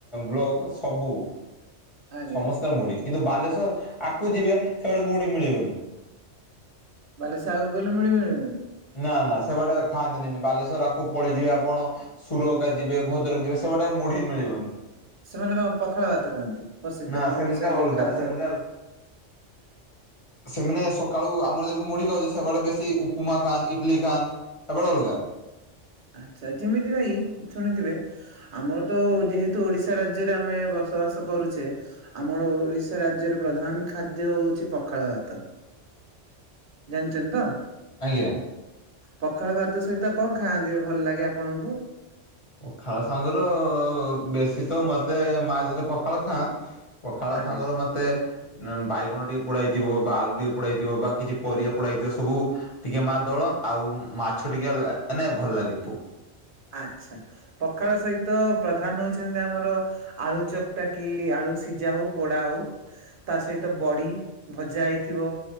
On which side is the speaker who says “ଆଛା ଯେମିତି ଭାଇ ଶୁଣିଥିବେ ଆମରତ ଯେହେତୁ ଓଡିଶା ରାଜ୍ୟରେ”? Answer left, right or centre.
Right